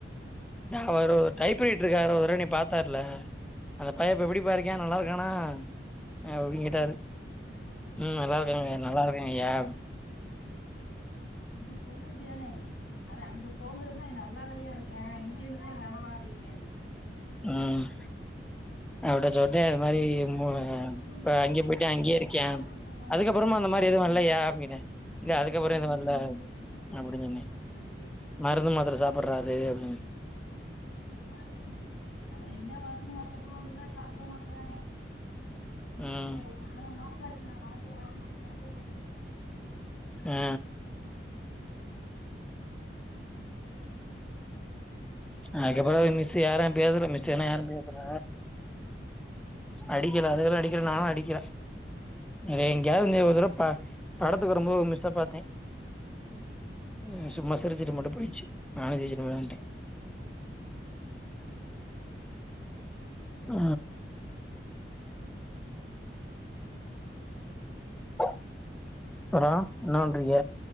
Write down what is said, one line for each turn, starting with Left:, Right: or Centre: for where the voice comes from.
Centre: நா அவரு டைப் ரைட்டருக்கு அவ <unintelligible> பாத்தாருல அந்த பைய இப்ப எப்டிபா இருக்கா நல்லா இருக்கானா அ அபடின்னு கேட்டாரு
Left: ம்
Centre: ம் நல்லா
Left: சரி
Centre: இருக்கேங்க
Left: சரி
Centre: நல்லா இருக்கேங்க ஐயா
Left: நீ சொல்ல வேண்டியதானே அவ அங்க போனதுமே நல்லாதாயா இருக்கான் எல்லா அவ வாடிங்க்காது
Centre: ம் அவள்ட்ட சொல்டே இது மாரி
Left: ஒரு
Centre: மூ
Left: பொண்ணு ஃபோன் பண்ணிச்சுக்கா
Centre: இப்ப அங்கயே போயிட்டு அங்கயே
Left: அதுக்கு
Centre: இருக்கே
Left: கால் பண்ணிட்டாங்க அம்மா
Centre: அதுக்கப்புறமா
Left: கால் பண்ண
Centre: அந்த மாரி
Left: போக
Centre: எதுவு
Left: மாட்டேங்குது
Centre: இல்லயா அப்டினே இல்ல
Left: அவளோட
Centre: அதுக்கப்புறொ
Left: இது
Centre: எதுவு இல்ல
Left: முடிஞ்சிருச்சுன்னு காட்டுது
Centre: அப்டி சொன்னே
Left: ம்
Centre: மருந்து மாத்துர சாப்பிட்றாரு அப்டின்னு
Left: பாருங்கள அவ எங்க வர்மாட்டறா ஒழுங்கா சாப்பிட மாட்றாங்க
Centre: ம்
Left: அப்டியே ஒரு நேர மா தேக்குனா மாத்துர வாங்கி டு நைட் தா குடுத்துருக்கே கு மாத்தி
Centre: ஆ
Left: மா
Centre: அதுக்கப்புறொ மிஸ் யாரு பேசல மிஸ்ஸுலா யாரு பேசல அடிக்கல அதுங்கலே அடிக்கல நாளு அடிக்கல இத எங்கெயாவது நீ ஒருதடவ ப படத்துக்கு வரும்போது ஒரு மிஸ்ஸ பாத்தே ம் சும்மா சிரிச்சுட்டு மட்டு போய்ச்சு நானு ஜெய்சு <inaudible> ஆ அப்பறொ என்ன பண்றிங்க